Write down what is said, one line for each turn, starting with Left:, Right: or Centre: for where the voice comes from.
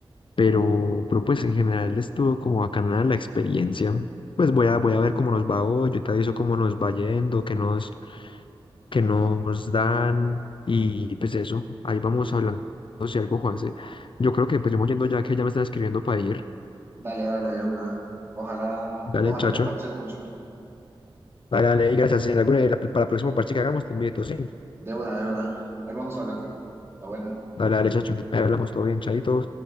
Left: Pero, pero pues en general estuvo como bacana la experiencia. Pues voy a, voy a ver cómo nos va hoy, yo te aviso cómo nos va yendo, qué nos que nos dan y pues eso, ahí vamos hablando si algo, Juanse. Yo creo que pues yo me voy yendo ya que ya me están escribiendo para ir.
Right: Dale, dale, de una. Ojalá,
Left: Dale,
Right: ojalá
Left: chacho.
Right: te parches mucho.
Left: Dale, dale, y gracias. Si en alguna- la- para el próximo parche que hagamos te invito, sí.
Right: De una, de una. Ahí vamos hablando. La buena.
Left: Dale, dale, chacho. Ahí hablamos todo bien, chaito.